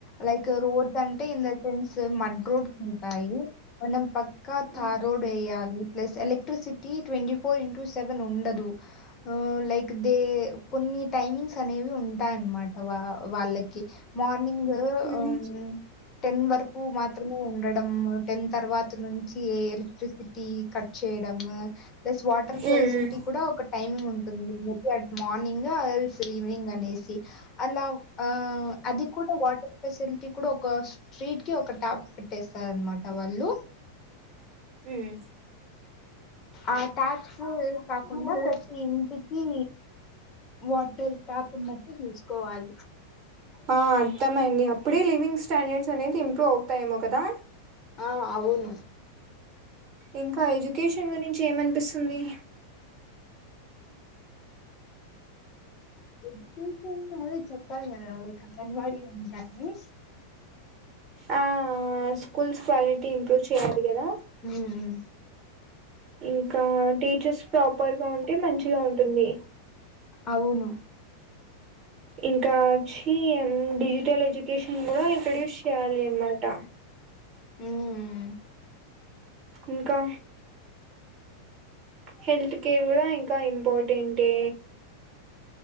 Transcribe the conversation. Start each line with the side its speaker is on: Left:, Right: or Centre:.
Left: లైక్ రోడ్స్ అంటే in the sense mud roads ఉంటాయి. మనం పక్కా థార్
Right: ఉమ్
Left: రోడ్ వేయాలి ప్లస్ ఎలక్ట్రిసిటి టి ట్వంటి ఫోర్ ఇంటూ సెవెన్ ఉండదు లైక్ దే కొన్ని టైమింగ్స్ అనేవి ఉంటాయన్నమాట వా వాళ్ళకి మార్నింగ్ ఉహ్
Right: ఉమ్
Left: టెన్ వరకు మాత్రమే ఉండడం టెన్ తర్వాత నుంచి ఏ ఎలక్ట్రిసిటీ కట్ చే చేయడము ప్లస్ వాటర్ ఫెసిలిటీ
Right: ఉమ్ ఉమ్,
Left: కూడా ఒక టైమింగ్ ఉండ్ టుంది at morning also three evening అనేసి అలా ఆ అది కూడా వాటర్ ఫెసిలిటీ కూడా ఒక స్ట్రి స్ట్రీట్ కి ఒక టాప్ పెట్టేస్తారు అనమాట వాళ్ళు
Right: ఉమ్
Left: ఆ ట్యాప్స్ కాకుండా ప్రతి ఇంటికి వాటర్ ట్యాప్ ఉన్నట్టు చూసుకోవాలి.
Right: ఆ అర్థమయింది అప్పుడే లివింగ్ స్టాండర్డ్స్ అనేవి ఇంప్రూవ్ అవుతాయేమో కదా
Left: ఆ అవును
Right: ఇంకా ఎడ్యుకేషన్ గురించి ఏమనిపిస్తుంది
Left: ఎజ్యుకేషన్ అదే చెప్ప కదా లైక్ అంగన్వాడి ఉంటాయని.
Right: ఆహ్ స్కూల్స్ క్వాలిటీ ఇంప్రూవ్ చేయాలి కదా
Left: ఉమ్.
Right: ఇంకా టీచర్స్ ప్రాపర్ గా ఉంటే మంచిగా ఉంటుంది.
Left: అవును
Right: ఇంకా వచ్చి డిజిటల్ ఎజ్యుకేషన్ కుడా ఇంట్రొడ్యూస్ చేయాలి అన్నమాట
Left: ఉమ్.
Right: ఇంకా హెల్త్ కేర్ కూడా ఇంకా ఇంపార్టెంటే